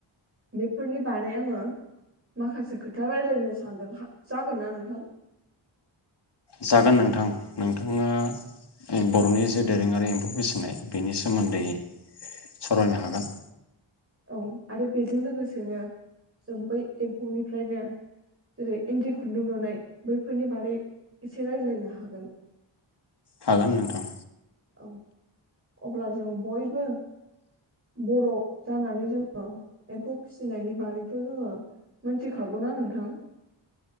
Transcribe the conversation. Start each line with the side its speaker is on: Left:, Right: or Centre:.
Right: बेफोरनि बादै आङो माखासे खोथा रायलायनो सानदों जागोनना नोंथां
Left: जागोन नोंथां नोंथाङा बर'नि जे दोरोङारि एम्फौ फसिनाय बेनि सोमोन्दै सावरायनो हागोन
Right: औ आरो बेजों लोगोसेनो जों बै एम्फौनिफ्रायनो जेरै इन्दि खुन्दुं लुनाय बैफोरनि बारै एसे राय्लायनो हागोन
Left: हागोन नोंथां
Right: औ अब्ला जों बयबो बर जानानै जोङो एम्फौ फिसिनायनि बारैथ जोङो मोनथिखागौना नोंथां